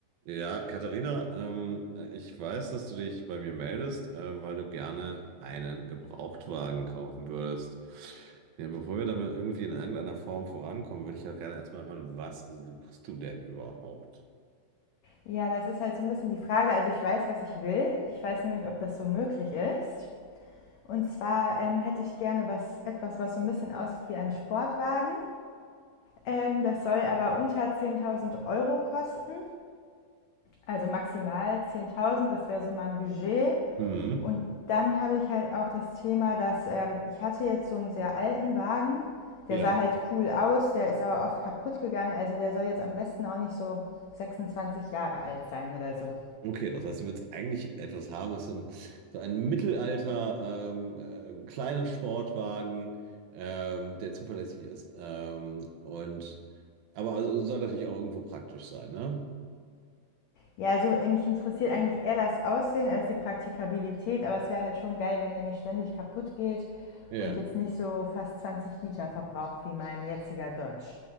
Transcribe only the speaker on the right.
Ja, Katharina, ähm, ich weiß, dass du dich bei mir meldest, äh, weil du gerne einen Gebrauchtwagen kaufen würdest. Ja, bevor wir damit irgendwie in irgendeiner Form vorankommen, würde ich ja gerne erstmal hören, was suchst du denn überhaupt?
Mhm.
Ja.
Okay, das heißt, du willst eigentlich etwas haben, was so ein, so ein Mittelalter, ähm, äh, kleiner Sportwagen, ähm, der zuverlässig ist, ähm, und, aber also soll natürlich auch irgendwo praktisch sein, ne?
Ja.